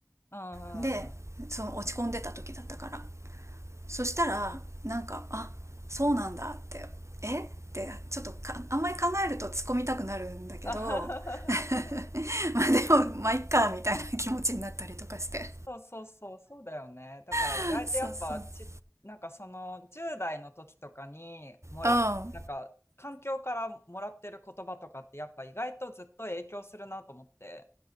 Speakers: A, on the left; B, on the right.
A: うん。
B: でその落ち込んでた時だったからそしたらなんかあそうなんだってえってちょっとかあんまり考えると突っ込みたくなるんだけど
A: <laughs>
B: <laughs> まあでもまあいっかみたいな気持ちになったりとかして
A: そうそうそう、そうだよね。だから意外とやっぱち、
B: <laughs> そうそううん
A: なんかその10代の時とかにもらっ、
B: あ
A: なんか環境からもらってる言葉とかってやっぱ意外とずっと影響するなと思って。